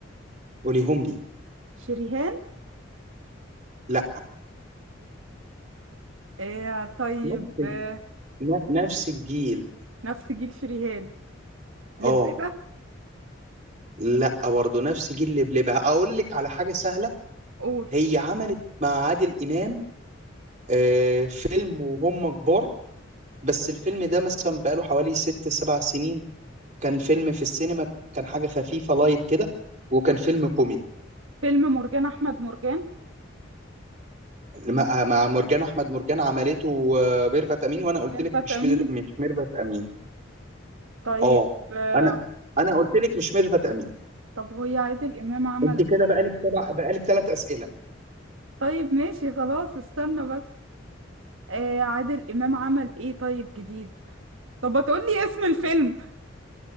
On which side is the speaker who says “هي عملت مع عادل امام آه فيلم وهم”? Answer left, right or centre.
Right